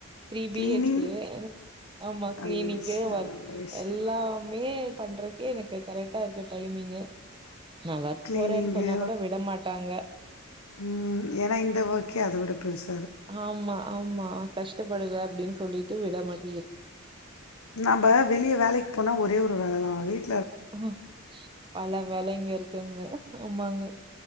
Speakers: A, on the right; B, on the left.
A: த்ரீ பிஹெச்
B: க்ளீனிங்
A: கே ஏவு ஆமா
B: நல்ல
A: க்ளீனிங்கே
B: விஷயம்
A: வர்
B: நல்ல விஷயம்
A: எல்லாமே பண்றக் ஏ எனக்கு கரெட்டா இருக்கு டைமிங்கு நா வர்க்
B: கிளீனிங்கு
A: போறேன் சொன்னா கூட விட மாட்டாங்க
B: உம் ஏனா இந்த வோக்கே அத விட பெர்ஸ்
A: ஆமா ஆமா கஷ்டபடுவ அப்டின் சொல்லிட்டு விட மாட்
B: நம்ப வெளிய வேலைக் போனா ஒரே ஒரு வேலதா வீட்
A: அஹா பல வெலைங்க இருக்குங்க ஆமாங்க